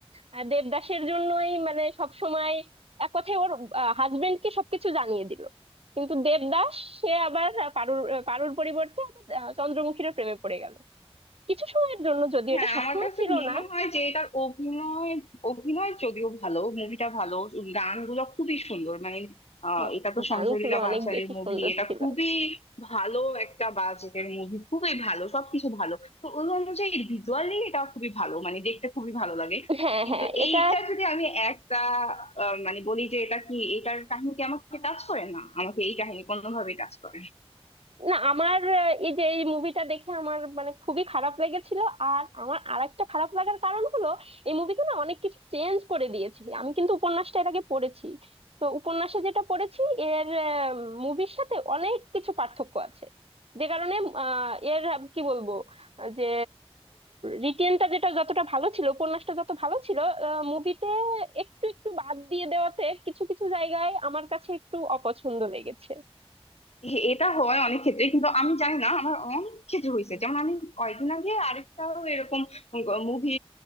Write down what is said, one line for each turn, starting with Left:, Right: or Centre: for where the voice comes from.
Right: আহ, দেবদাসের জন্যই মানে সব সময় এক কথায় ওর হাজবেন্ডকে সবকিছু জানিয়ে দিল কিন্তু দেবদাস সে আবার আহ, পারুর আহ, পারুর পরিবর্তে আবার আহ, চন্দ্রমুখীর প্রেমে পড়ে গেল কিছু সময়ের জন্য যদিও
Left: হ্যাঁ
Right: এটা সবসময়
Left: আমার কাছে
Right: ছিল
Left: মনে
Right: না
Left: হয় যে এটার অভিনয় অভিনয় যদিও ভালো মুভিটা ভালো গানগুলো খুবই সুন্দর মানে আহ,
Right: হ্যাঁ,
Left: এটা তো
Right: গানগুলো
Left: সঞ্জয় লীলা
Right: অনেক
Left: বানশালির
Right: বেশি
Left: মুভি
Right: সুন্দর
Left: এটা
Right: ছিল
Left: খুবই ভালো একটা বাজেটের মুভি খুবই ভালো সবকিছু ভালো তো ওই অনুযায়ী ভিজুয়ালি এটা খুবই ভালো মানে দেখতে খুবই ভালো লাগে
Right: হ্যাঁ
Left: কিন্তু
Right: হ্যাঁ এটা
Left: এইটা যদি আমি একটা আহ, মানে বলি যে এটা কি এটার কাহিনী কি আমাকে টাচ করে না আমাকে এই কাহিনী কোনোভাবেই টাচ করে না।
Right: না আমার আহ, এই যে এই মুভিটা দেখে আমার মানে খুবই খারাপ লেগেছিল আর আমার আরেকটা খারাপ লাগার কারণ হলো এই মুভিতে না অনেক কিছু চেঞ্জ করে দিয়েছি আমি কিন্তু উপন্যাসটা এর আগে পড়েছি তো উপন্যাসে যেটা পড়েছি এর মুভির সাথে অনেক কিছু পার্থক্য আছে যে কারণে আহ, এর আহ, কি বলবো আহ, যে রিটেনটা যেটা যতটা ভালো ছিল উপন্যাসটা যত ভালো ছিল মুভিতে একটু একটু বাদ দিয়ে দেওয়াতে কিছু কিছু জায়গায় আমার কাছে একটু অপছন্দ লেগেছে
Left: এ- এটা হয় অনেক ক্ষেত্রে কিন্তু আমি জানি না আমার অনেক ক্ষেত্রে হয়েছে যেমন আমি কয়েকদিন আগে আরেকটাও এরকম মুভি